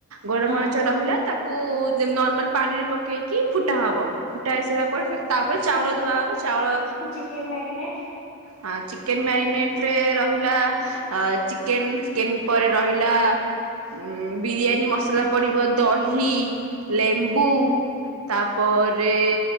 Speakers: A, on the right; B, on the left.
A: ଗୋଲ
B: ହଁ।
A: ମରିଚ ରହିଲା, ତାକୁ ନର୍ମାଲ ପାଣିରେ ପକେଇକି ଫୁଟା ହବ। ଫୁଟା ହେଇ ସାରିଲା ପରେ, ତାପରେ ଚାଉଳ ଧୁଆ ହବ ଚାଉଳ
B: ଚିକେନ୍ ମ୍ୟାରିନେଟ୍
A: ହଁ ଚିକେନ୍ ମ୍ୟାରିନେଟ୍ ରେ ରହିଲା, ଚିକେନ୍, ଚିକେନ୍ ପରେ ରହିଲା ଉଁ ବିରିୟାନୀ ମସଲା ପଡ଼ିବ, ଦହି, ଲେମ୍ବୁ ତାପରେ